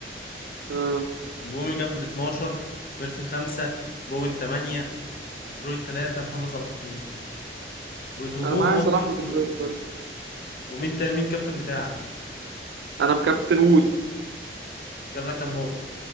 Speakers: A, on the right; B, on the left.
A: آه.
B: مبويمو جاب لي 12 ميرفي 5 بوين 8 دي بروين 3 محمد صلاح 2 والهجوم
A: انا معايا
B: وقت
A: صلاح ودي
B: ال-
A: بروين برضه
B: ومين تاني مين الكابتن بتاعك
A: انا مكابتن وود
B: جاب لك كام نقطة